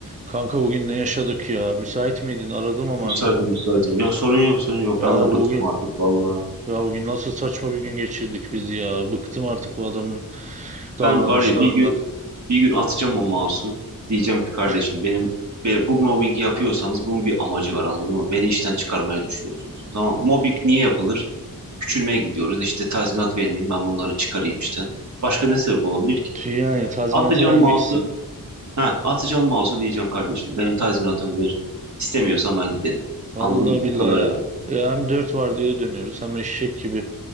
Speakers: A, on the right; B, on the right.
A: Kanka bugün ne yaşadık ya? Müsait miydin? Aradım ama
B: Müsaitim
A: hemen.
B: müsaitim. Yok sorun yok sorun yok.
A: Ya
B: Ben
A: bugün
B: de bıktım artık valla.
A: ya bugün nasıl saçma bir gün geçirdik biz ya. Bıktım artık bu adamın davranışlarından.
B: Ben var ya bir gün bir gün atacağım o mouse'u. Diyeceğim ki kardeşim
A: <laughs>
B: benim be- bu mobbingi yapıyorsanız bunun bir amacı var anladın mı? Beni işten çıkarmaya düşünüyorsunuz. Tamam mobbing niye yapılır? Küçülmeye gidiyoruz. İşte tazminat vermeyeyim ben bunları çıkarayım işten. Başka ne sebep olabilir ki?
A: Yani tazminatı
B: Atacağım
A: vermek
B: mouse'u.
A: istemiyor.
B: Ha, atacağım mouse'u diyeceğim kardeşim. Benim tazminatımı ver. İstemiyorsan ben giderim.
A: Vallahi
B: Anladın mı? Bu
A: billahi
B: kadar
A: ya.
B: yani.
A: Ya hem dört var diye dönüyoruz hem eşek gibi